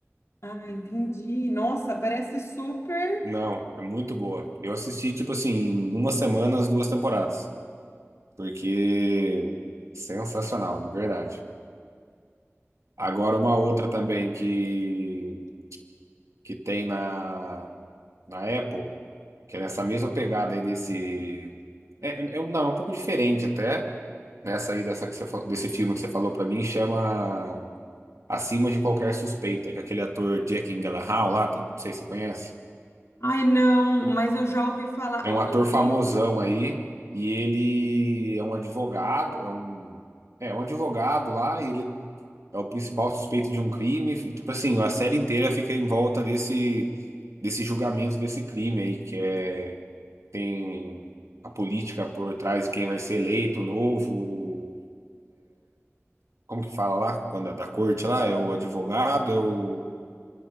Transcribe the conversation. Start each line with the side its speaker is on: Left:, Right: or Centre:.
Left: Ah, entendi. Nossa, parece super.
Right: Não, é muito boa. Eu assisti, tipo assim, em uma semana as duas temporadas, porque sensacional, de verdade. Agora uma outra também que, que tem na, na Apple, que é nessa mesma pegada aí desse... É, é- é um- não, é um pouco diferente até, nessa aí dessa que você, fa- desse filme que você falou pra mim, chama Acima de Qualquer Suspeita, que é aquele ator Jack Gyllenhaal lá, tá? não sei se você conhece.
Left: Ai, não, mas eu já ouvi falar,
Right: É
Left: eu,
Right: um ator
Left: eu vi
Right: famosão aí, e ele é um advogado, é um, é é um advogado lá, e ele é o principal suspeito de um crime, e tipo assim, a série inteira fica em volta desse, desse julgamento desse crime aí, que é, tem a política por trás, quem vai ser eleito, o novo, como que fala lá, quando é da corte lá, é o advogado, é o